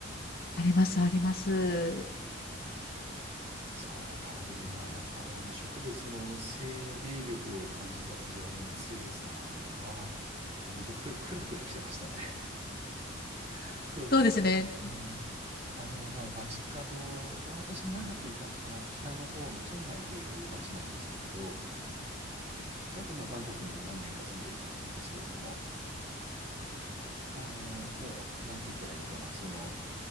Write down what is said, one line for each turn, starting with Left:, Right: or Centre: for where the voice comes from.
Left: あります、あります。
Right: そう、タイはやっぱりあの植物の生命力を感じさせるあの強さは、もうほんとく、くらくら来てましたね。<laughs> そう、
Left: そうですね。
Right: うん。あの、まあ、街角、まあ、私長くいたのが北の方のチェンマイという街なんですけれど、で、あと、まあ、バンコクにも何年か住んでいたんですけれども、あの、もう、なんと言ったらいいのかな、その、